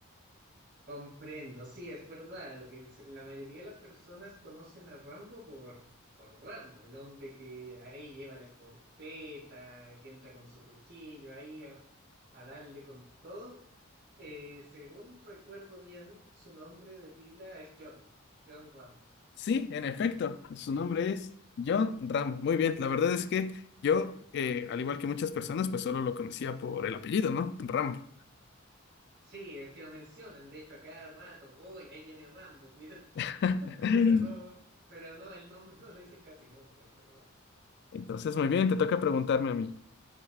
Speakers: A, on the right (about 50°); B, on the left (about 55°).
A: Comprendo, sí, es verdad lo que dice. La mayoría de las personas conocen a Rambo por, por Rambo, el hombre que ahí lleva la escopeta, que entra con su cuchillo ahí a, a darle con todo Eh, según recuerdo bien, su nombre de pila es John, John Rambo.
B: Sí, en efecto, su nombre es John Ramos. Muy bien, la verdad es que yo, eh, al igual que muchas personas, pues solo lo conocía por el apellido, ¿no? Ramo.
A: Sí, es que lo mencionan, de hecho, a cada rato, hoy ahí viene Rambo, cuidado,
B: <laughs>
A: <laughs> pero no, pero no, el nombre no lo dicen casi nunca, es verdad.
B: Entonces, muy bien, te toca preguntarme a mí.